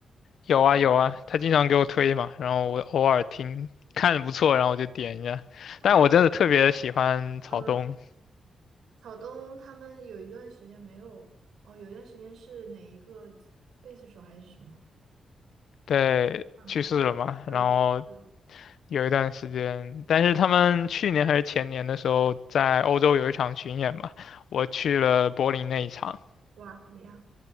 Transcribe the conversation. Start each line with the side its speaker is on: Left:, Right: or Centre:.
Left: 有啊有啊，他经常给我推嘛，然后我偶尔听，看着不错，然后我就点一下。
Right: 那你，
Left: 但我真的特别喜欢草东，
Right: 嗯，草东他们有一段时间没有，哦，有一段时间是哪一个贝斯手还是什么？
Left: 对，
Right: 嗯，
Left: 去世了嘛，
Right: 什么？对，
Left: 然后
Right: 去世了
Left: 有一段时间，但是他们去年还是前年的时候，在欧洲有一场巡演嘛，我去了柏林那一场，
Right: 哇，怎么样？